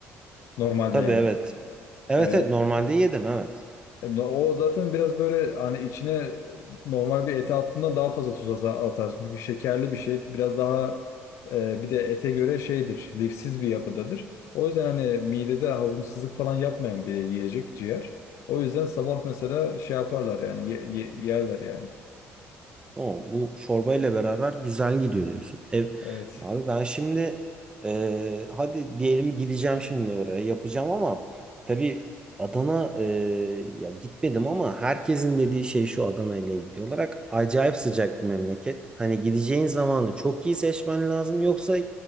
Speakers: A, on the left; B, on the right.
A: Normalde
B: Tabii
A: yani.
B: evet. Evet
A: E,
B: evet normalde yedim evet.
A: e, no- o zaten biraz böyle hani içine normal bir ete attığından daha fazla tuz ata- atarsın. Çünkü şekerli bir şey biraz daha e, bir de ete göre şeydir lifsiz bir yapıdadır. O yüzden hani midede hazımsızlık falan yapmayan bir yiyecek ciğer. O yüzden sabah mesela şey yaparlar yani ye- ye- yerler yani.
B: O bu çorbayla beraber güzel gidiyor diyorsun. Ev,
A: Evet.
B: abi ben şimdi e, hadi diyelim gideceğim şimdi oraya yapacağım ama tabii Adana e, ya gitmedim ama herkesin dediği şey şu Adana ile ilgili olarak acayip sıcak bir memleket. Hani gideceğin zamanı çok iyi seçmen lazım yoksa